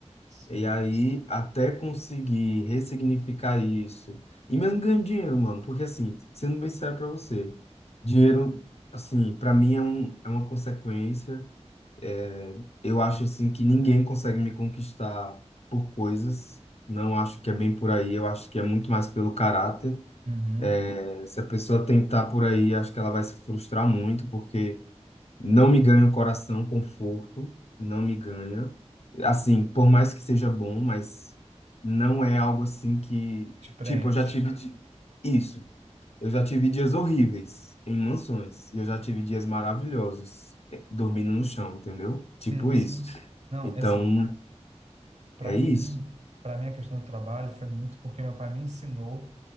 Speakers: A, on the right (about 70°); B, on the left (about 60°).
A: sim,
B: E aí, até conseguir ressignificar isso. E mesmo ganhando dinheiro, mano. Porque, assim, sendo bem sério pra você, dinheiro, assim, pra mim é, um, é uma consequência. É, Eu acho assim que ninguém consegue me conquistar por coisas. Não acho que é bem por aí. Eu acho que é muito mais pelo caráter.
A: uhum.
B: Eh, Se a pessoa tentar por aí, acho que ela vai se frustrar muito, porque não me ganha o coração, conforto, não me ganha. Assim, por mais que seja bom, mas não é algo assim que,
A: Te preenche.
B: tipo, eu já tive de... isso. Eu já tive dias horríveis em mansões e eu já tive dias maravilhosos eh, dormindo no chão, entendeu?
A: Sim,
B: Tipo isso.
A: sim. Não,
B: Então,
A: é assim, Para
B: é isso.
A: mim, para mim, a questão do trabalho foi muito porque meu pai me ensinou